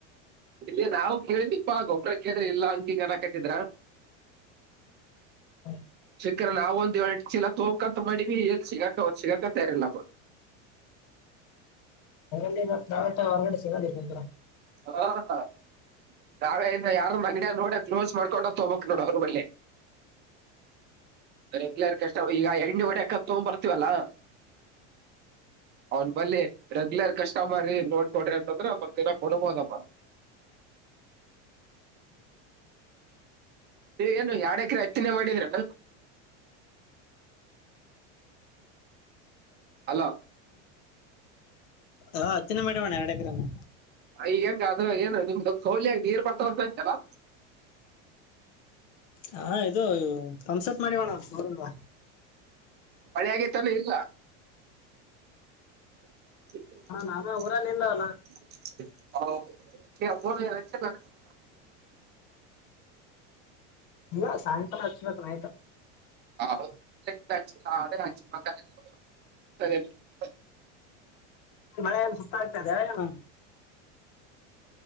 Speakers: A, on the right; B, on the left.
A: ಇಲ್ಲಿ ನಾವು ಕೇಳಿ ಪಾ ಗೊಬ್ಬರ ಕೇಳಿದ್ರ ಇಲ್ಲ ಅಂತಿಗನಕ ಜಿಬ್ರಾ
B: ಹ
A: ಸಿಕ್ಕ್ದ್ರೆ ನಾವೊಂದ್ ಎರ್ಡ್ ಚೀಲ ತೋಕಂತ ಮಾಡಿವಿ ಎಲ್ಸಿಗಾಕ ಅವತ್ ಸಿಗಾಕಯಿರಲ್ಲಪ್ಪ
B: ಇಲ್ಲಿ ವ <unintelligible> ಹೊರಗಡೆ ಸಿಗಲ್ಲಂದ್ರ.
A: ಹಾ ಹಾ ನಾವೇ ಇನ್ನ ಯಾರನ್ ಅಂಗಡಿಯ ನೋಡ ಕ್ಲೋಸ್ ಮಾಡ್ಕೊಂಡೋಗ್ ತಗೊಬೇಕ್ ನೋಡು ಅವ್ರ ಬಳಿ. ರೆಗ್ಯುಲರ್ ಕಸ್ಟಮರ್ ಈಗ ಎ ಹಿಂಗ ಹೊಡ್ಯಾಕ್ ತೊಂಡ್ ಬರ್ತವಲ್ಲ ಅವನ್ ಬರ್ಲಿ ರೆಗ್ಯುಲರ್ ಕಸ್ಟಮರೀ ನೋಡ್ ಕೊಡ್ರಿ ಅಂತಂದ್ರೆ ಬರ್ತ ಕೊಡಬೋದಪ್ಪ. ರೀ ಏನ್ರಿ ಯಾರ್ಡ್ ಎಕ್ರ ಹತ್ತೀನೇ ಮಾಡಿದ್ರೇನು. ಹಲೋ
B: ಹ ಹತ್ತಿನೆ ಮಾಡೆವಣ್ಣ ಎರಡ್ ಎಕ್ರೆನು.
A: ಈಗ ಹೆಂಗ ಅದ್ರಗೇನು ನಿಮ್ದೊ ಕೋಲಿಯಗ ನೀರ್ ಬರ್ತಾವಂತಂತೆಲ್ಲ.
B: ಹಾ ಇದು ಪಂಪ್ಸೆಟ್ ಮಾಡಿವಣ ನೋಡನ್ಬಾ.
A: ಮಳೆ ಆಗೈತೆನ್ ಇಲ್ಲ. ಹ
B: ನಾನು ಊರಲ್ಲಿ ಇಲ್ಲ ಅಲ್ಲ
A: <unintelligible>
B: ಇಲ್ಲ ಸಾಯಂಕಾಲ ಹಚ್ಬೇಕು ನೈಟು.
A: <unintelligible>
B: ಮಳೇನು ತ್ತದೇನು